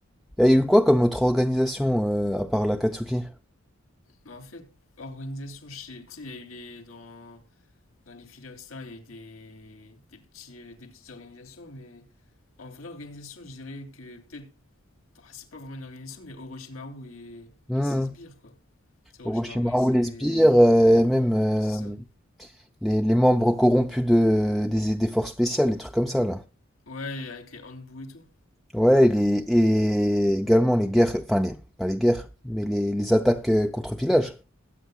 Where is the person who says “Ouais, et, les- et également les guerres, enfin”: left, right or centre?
Centre